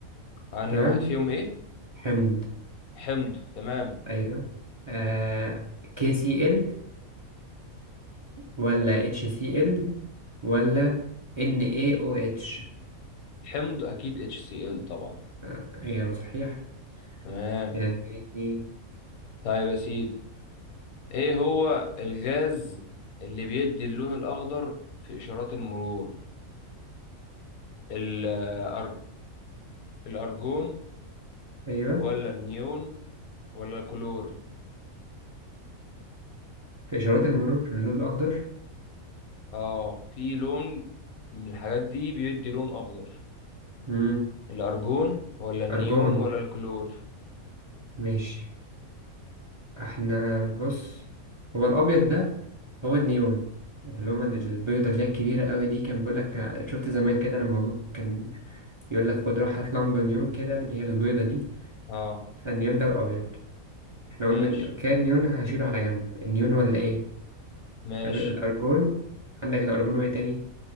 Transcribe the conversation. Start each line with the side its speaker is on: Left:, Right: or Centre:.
Left: أني
Right: تمام
Left: واحد فيهم إيه
Right: حمض
Left: حمض تمام
Right: أيوة آه KCl ولا HCl ولا NaOH
Left: حمض أكيد HCl طبعا
Right: آه، إجابة صحيح
Left: تمام
Right: كده اتنين اتنين
Left: طيب يا سيدي إيه هو الغاز اللي بيدي اللون الأخضر في إشارات المرور ال- آه، الأر- الأرجون
Right: أيوة
Left: ولا النيون ولا الكلور
Right: في إشارات المرور في اللون الأخضر
Left: اه في لون من الحاجات دي بيدي لون اخضر
Right: مم.
Left: الارجون ولا النيون
Right: أرجون
Left: ولا الكلور
Right: ماشي احنا بص هو الابيض ده هو النيون اللومة البيضة اللي هي الكبيرة قوي دي كان بيقولك شفت زمان كده لما ابوك كان يقولك خد روح هات لمبة نيون كده اللي هي البيضة دي
Left: اه
Right: فالنيون ده الابيض احنا
Left: ماشي
Right: قلنا كده النيون هشيله على جنب النيون ولا ايه
Left: ماشي
Right: يبقى الارجون عندك الارجون وايه تاني